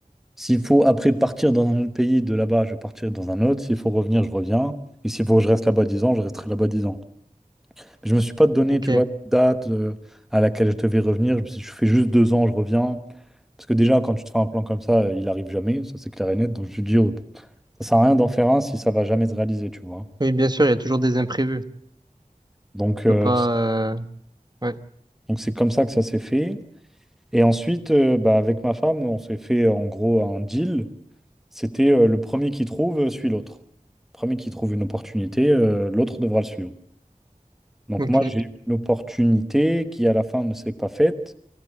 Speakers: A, in the centre; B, on the right.
A: S'il faut après partir dans un autre pays, de là-bas, je partirai dans un autre. S'il faut revenir, je reviens. Et s'il faut que je reste là-bas 10 ans, je resterai là-bas 10 ans. Mais je ne me suis pas donné,
B: Ok.
A: tu vois, de date euh, à laquelle je devais revenir. Je me suis dit, je fais juste deux ans, je reviens. Parce que déjà, quand tu te fais un plan comme ça, euh, il arrive jamais, ça c'est clair et net. Donc je me dis, oh, ça sert à rien d'en faire un si ça va jamais se réaliser, tu vois.
B: Oui, bien sûr, il y a toujours des imprévus. Tu
A: Donc
B: peux
A: euh,
B: pas.
A: c'est-
B: euh, Ouais.
A: donc c'est comme ça que ça s'est fait. Et ensuite, euh, bah, avec ma femme, on s'est fait en gros un deal. C'était euh, le premier qui trouve euh, suit l'autre. Le Premier qui trouve une opportunité, euh, l'autre devra le suivre. Donc
B: Ok.
A: moi, j'ai eu une opportunité qui, à la fin, ne s'est pas faite.